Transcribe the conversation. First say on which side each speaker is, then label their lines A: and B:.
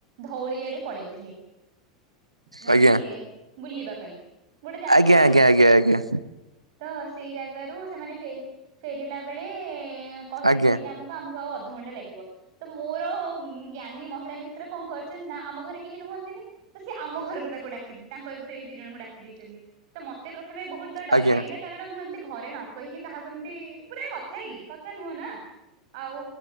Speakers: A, on the right; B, on the right.
A: ଧଉଳିଆଡେ ପଳେଇଥିଲେ, ନା
B: ଆଜ୍ଞା
A: ବୁଲି ବୁଲିବା ପାଇଁ ଗୋଟେ ଜାଗାକୁ
B: ଆଜ୍ଞା
A: ପଳେଇଥିଲେ।
B: ଆଜ୍ଞା ଆଜ୍ଞା
A: ତ ସେଇ ଜାଗାରୁ ସେମାନେ ଫେରି ଫେରିଲା ବେଳେ, କହିଦେଇଥିଲେ
B: ଆଜ୍ଞା
A: କି ଆମକୁ ଆମକୁ ଆଉ ଅଧଘଣ୍ଟେ ଲାଗିବ ତ ମୋର ଜ୍ଞାନୀ ମହିଳା ମିତ୍ର କଣ କରିଛନ୍ତି ନା, ଆମ ଘରେ କେହି ରୁହନ୍ତିନି, ତ ସେ ଆମ ଘରକୁ ତାକୁ ଡାକି ତାଙ୍କର ସେ ସେଇ ଦି ଜଣଙ୍କୁ ଡାକି ଦେଇଛନ୍ତି, ତ ମତେ ପ୍ରଥମେ ବହୁତ ଡର
B: ଆଜ୍ଞା
A: ଲାଗିଲା କାରଣ ମୁଁ ଏମତି ଘରେ ନ କହିକି କାହାକୁ ଏମିତି ପୁରେଇବା କଥା କି କଥା ନୁହଁ ନା। ଆଉ